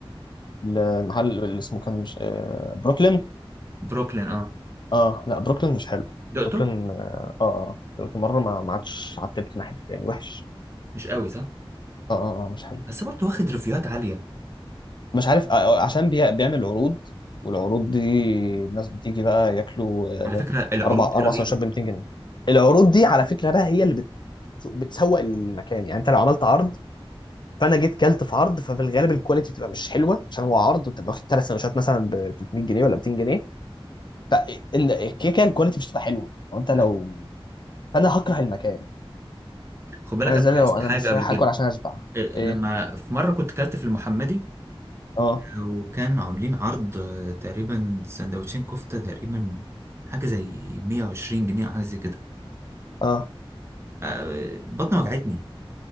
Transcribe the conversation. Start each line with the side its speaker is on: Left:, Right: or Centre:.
Left: المحل اللي اسمه كان مش آه بروكلين
Right: بروكلين اه
Left: اه لا بروكلين مش حلو
Right: دقته
Left: بروكلين اه اه آه. دلوقتي مره ما ما عادش عتبت ناحيته يعني وحش
Right: مش قوي صح
Left: اه اه آه، مش حلو
Right: بس برضه واخد ريفيوهات عاليه
Left: مش عارف آه، عشان بي- بيعمل عروض والعروض دي الناس بتيجي بقى ياكلوا
Right: على فكره
Left: آه،
Right: العروض
Left: اربع اربع
Right: دي رهيبه
Left: سندوتشات ب 200 جنيه العروض دي على فكره بقى هي اللي بت... بتسوق المكان يعني انت لو عملت عرض فانا جيت كلت في عرض ففي الغالب الكواليتي بتبقى مش حلوه عشان هو عرض وتبقى واخد ثلاث سندوتشات مثلا ب 300 جنيه ولا 200 جنيه فالكيكه الكواليتي مش هتبقى حلوه وانت لو
Right: أيوة.
Left: فانا هكره المكان
Right: خد بالك
Left: انا
Right: انا
Left: زي
Right: لاحظت
Left: لو انا
Right: حاجه
Left: مش
Right: قبل
Left: رايح
Right: كده
Left: اكل عشان اشبع
Right: إيه،
Left: ايه
Right: لما في مره كنت كلت في المحمدي
Left: اه
Right: آه، وكان عاملين عرض آه، تقريبا سندوتشين كفته تقريبا حاجه زي 120 جنيه او حاجه زي كده
Left: اه
Right: آه، بطني وجعتني